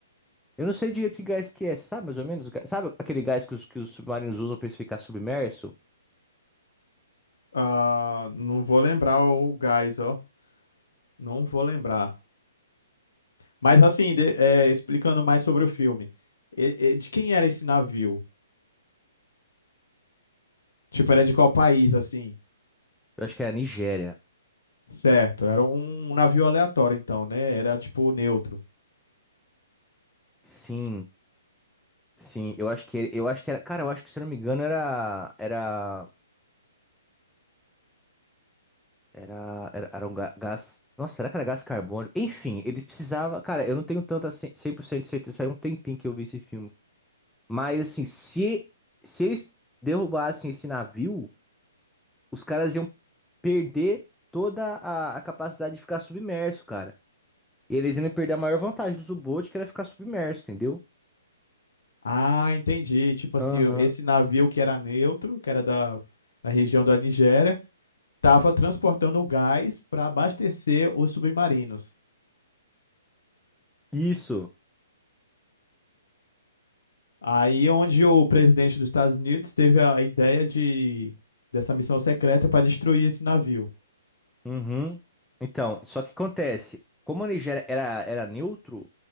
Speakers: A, in the centre; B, on the left.
A: Eu não sei direito que gás que é, sabe mais ou menos? o gás? Sabe aquele gás que os, que os submarinos usam pra eles ficar submerso?
B: Ah, não vou lembrar o gás, ó. Não vou lembrar. Mas assim, de- é, explicando mais sobre o filme. E- e- de quem era esse navio? Tipo, era de qual país, assim?
A: Eu acho que era Nigéria.
B: Certo, era um navio aleatório, então, né? Era tipo neutro.
A: Sim, sim. Eu acho que, eu acho que era, cara, eu acho que se eu não me engano era, era Era, era, era um ga- gás. Nossa, será que era gás carbônico? Enfim, eles precisavam. Cara, eu não tenho tanta ce- 100% de certeza, faz um tempinho que eu vi esse filme. Mas, assim, se, se eles derrubassem esse navio, os caras iam perder toda a, a capacidade de ficar submerso, cara. E eles iam perder a maior vantagem do U-Boot, que era ficar submerso, entendeu?
B: Ah, entendi. Tipo assim,
A: Aham.
B: esse navio que era neutro, que era da, da região da Nigéria, estava transportando gás para abastecer os submarinos.
A: Isso.
B: Aí onde o presidente dos Estados Unidos teve a ideia de dessa missão secreta para destruir esse navio.
A: Uhum. Então, só que acontece, como a Nigéria era, era neutro,